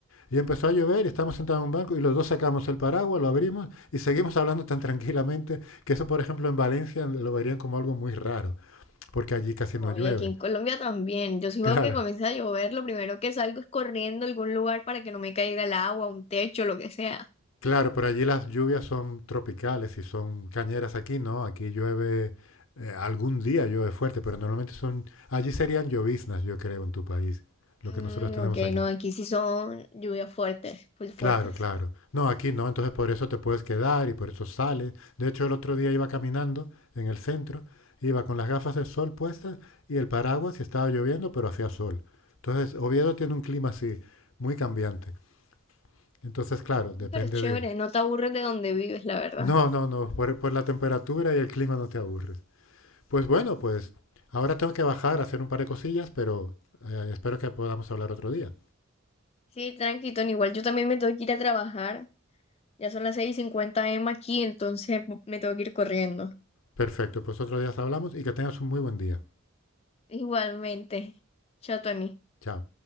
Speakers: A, on the left; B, on the left.
A: Y empezó a llover y estábamos sentados en un banco y los dos sacamos el paraguas, lo abrimos y seguimos hablando tan tranquilamente que eso, por ejemplo, en Valencia lo verían como algo muy raro, porque allí casi no
B: No,
A: llueve.
B: y aquí en Colombia también. Yo si
A: Claro,
B: veo que comienza a llover, lo primero que salgo es corriendo a algún lugar para que no me caiga el agua, un techo, lo que sea.
A: claro, pero allí las lluvias son tropicales y son cañeras aquí, ¿no? Aquí llueve, eh, algún día llueve fuerte, pero normalmente son, allí serían lloviznas, yo creo, en tu país, lo que
B: Mm,
A: nosotros tenemos
B: ok,
A: aquí.
B: no, aquí sí son lluvias fuertes, full fuertes.
A: Claro, claro. No, aquí no, entonces por eso te puedes quedar y por eso sales. De hecho, el otro día iba caminando en el centro, iba con las gafas de sol puestas y el paraguas y estaba lloviendo, pero hacía sol. Entonces, Oviedo tiene un clima así, muy cambiante. Entonces, claro, depende
B: Mm, Pero chévere,
A: de...
B: no te aburres de donde vives, la verdad.
A: No, no, no, por, por la temperatura y el clima no te aburres. Pues bueno, pues ahora tengo que bajar a hacer un par de cosillas, pero eh, espero que podamos hablar otro día.
B: Sí, tranqui, Tony, igual yo también me tengo que ir a trabajar. Ya son las 6:50 m aquí, entonces me tengo que ir corriendo.
A: Perfecto, pues otro día hablamos y que tengas un muy buen día.
B: Igualmente. Chao, Tony.
A: Chao.